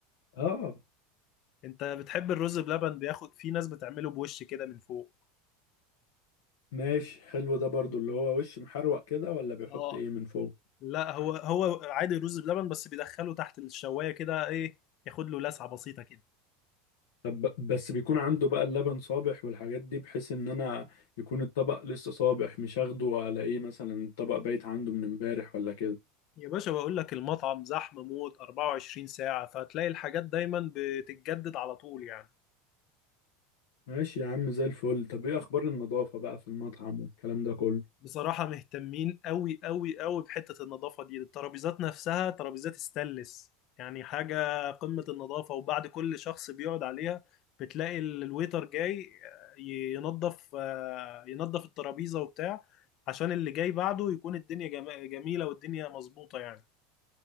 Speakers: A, on the left; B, on the left.
A: اه
B: انت بتحب الرز بلبن بياخد في ناس بتعمله بوش كده من فوق
A: ماشي حلو ده برضو اللي هو وش محروق كده ولا بيحط
B: اه
A: ايه من فوق
B: لا هو هو عادي رز بلبن بس بيدخله تحت الشوايه كده ايه ياخد له لسعه بسيطه كده
A: طب ب- بس بيكون عنده بقى اللبن صابح والحاجات دي بحيث ان انا يكون الطبق لسه صابح مش اخده والاقيه مثلا الطبق بايت عنده من امبارح ولا كده
B: يا باشا بقول لك المطعم زحمه موت 24 ساعه فهتلاقي الحاجات دايما بتتجدد على طول يعني
A: ماشي يا عم زي الفل طب ايه اخبار النظافة بقى في المطعم والكلام ده كله
B: بصراحة مهتمين قوي قوي قوي بحتة النظافة دي الترابيزات نفسها ترابيزات استانلس يعني حاجة قمة النظافة وبعد كل شخص بيقعد عليها بتلاقي ال- الويتر جاي ينظف آه، ينظف الترابيزة وبتاع عشان اللي جاي بعده يكون الدنيا جم- جميلة والدنيا مظبوطة يعني